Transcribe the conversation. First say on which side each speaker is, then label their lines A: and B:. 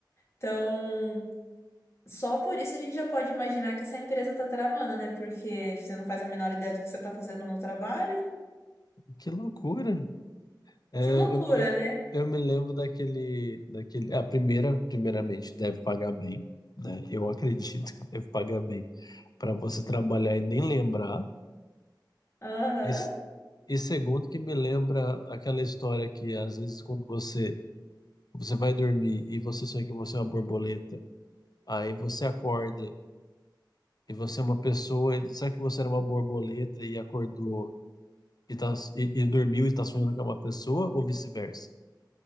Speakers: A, on the left (about 35°); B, on the left (about 55°).
A: Então, só por isso a gente já pode imaginar que essa empresa tá tramando, né? Porque você não faz a menor ideia do que você tá fazendo no trabalho.
B: Que loucura! É,
A: Que loucura,
B: eu, eu,
A: né?
B: eu me lembro daquele, daquele. A primeira, primeiramente, deve pagar bem, né? Eu acredito que deve pagar bem para você trabalhar e nem lembrar.
A: Aham.
B: E, s- e segundo, que me lembra aquela história que às vezes quando você você vai dormir e você sonha que você é uma borboleta, aí você acorda e você é uma pessoa. e Será que você era uma borboleta e acordou e, tá, e, e dormiu e está sonhando que é uma pessoa ou vice-versa?